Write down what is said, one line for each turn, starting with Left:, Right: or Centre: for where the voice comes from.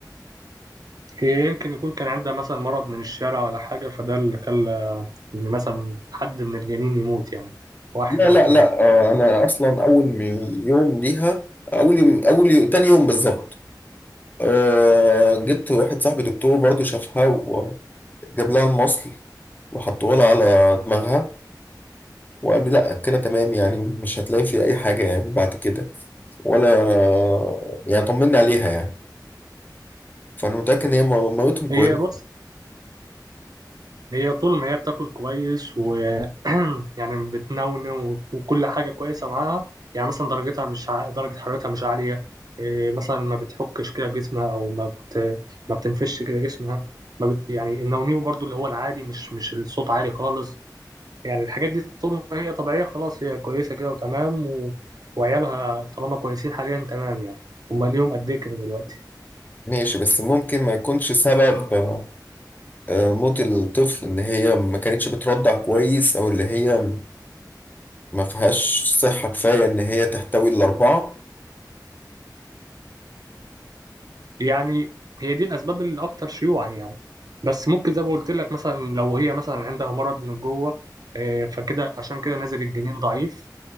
Right: هي يمكن يكون كان عندها مثلا مرض من الشارع ولا حاجة فده اللي خلى إن مثلا حد من الجنين يموت يعني واحد
Left: لا
Right: أو
Left: لا
Right: اتنين
Left: لا آه، أنا أصلا أول من يوم ليها أول يوم أول يوم تاني يوم بالظبط أه جبت واحد صاحبي دكتور برضو شافها وجاب لها المصل وحطوه لها على دماغها وقال لي لا كده تمام يعني مش هتلاقي فيه أي حاجة يعني بعد كده ولا يعني طمني عليها يعني فانا متاكد ان هي مامتهم كويسه
Right: هي بص هي طول ما هي بتاكل كويس و <clears throat> يعني بتنونو وكل حاجة كويسة معاها يعني مثلا درجتها مش ع... درجة حرارتها مش عالية إيه مثلا ما بتحكش كده جسمها أو ما بت... ما بتنفش كده جسمها ما بت... يعني النونيو برضو اللي هو العادي مش مش الصوت عالي خالص يعني الحاجات دي طول ما هي طبيعية خلاص هي كويسة كده وتمام و... وعيالها طالما كويسين حاليا تمام يعني هما ليهم قد إيه كده دلوقتي
Left: ماشي بس ممكن ما يكونش سبب آه، آه، موت الطفل ان هي ما كانتش بترضع كويس او اللي هي ما فيهاش صحه كفايه ان هي تحتوي الاربعه
Right: يعني هي دي الأسباب الأكثر شيوعا يعني بس ممكن زي ما قلت لك مثلا لو هي مثلا عندها مرض من جوه آه، فكده عشان كده نزل الجنين ضعيف